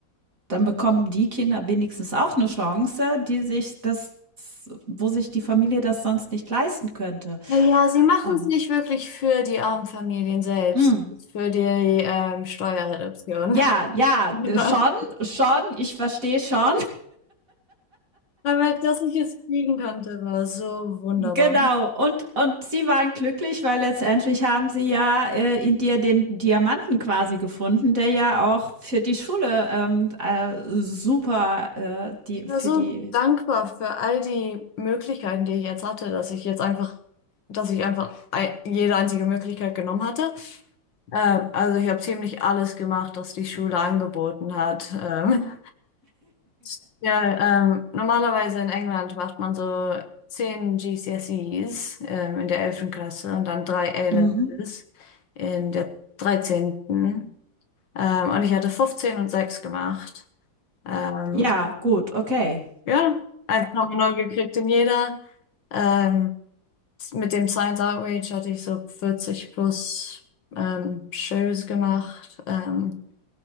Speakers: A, on the right; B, on the left.
A: dann bekommen die Kinder wenigstens auch eine Chance, die sich das, wo sich die Familie das sonst nicht leisten könnte.
B: Na ja, sie machen
A: Ähm,
B: es nicht wirklich für die armen Familien selbst,
A: mm.
B: für die ähm, Steuerreduktion.
A: Ja, ja,
B: <laughs> Lieber.
A: schon, schon, ich verstehe schon.
B: Aber dass ich es kriegen konnte, war so wunderbar.
A: Genau, und, und sie waren glücklich, weil letztendlich haben sie ja äh, in dir den Diamanten quasi gefunden, der ja auch für die Schule ähm, äh, super, äh, die,
B: Ich war
A: für
B: so
A: die.
B: dankbar für all die Möglichkeiten, die ich jetzt hatte, dass ich jetzt einfach, dass ich einfach ei- jede einzige Möglichkeit genommen hatte. Ähm, also ich habe ziemlich alles gemacht, was die Schule angeboten hat. Ähm, <laughs> ja, ähm, normalerweise in England macht man so zehn GCSEs ähm, in der elften Klasse und dann drei A-Levels
A: Mhm.
B: in der dreizehnten. Ähm, und ich hatte 15 und 6 gemacht. Ähm,
A: Ja, gut, okay.
B: Ja, 1,9 gekriegt in jeder. Ähm, mit dem Science Outreach hatte ich so 40 plus ähm, Shows gemacht. Ähm,